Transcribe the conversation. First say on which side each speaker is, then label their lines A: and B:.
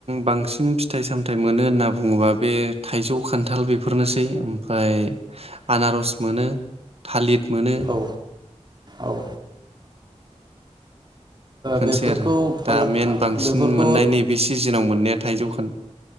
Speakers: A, on the right; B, on the right.
A: बांसिन फिथाइ सामथायाइ मोनो होनना बुङोबा बे थाइजौ खान्थाल बेफोरनोसै ओमफ्राय आनारस मोनो थालिर मोनो
B: औ औ
A: बेफोरनोसै
B: बेफोरखौ
A: आरो
B: फाला
A: दा मेन बांसिन
B: बेफोरखौ
A: मोननाय नैबे सिजोनाव मोननाया थाइजौखान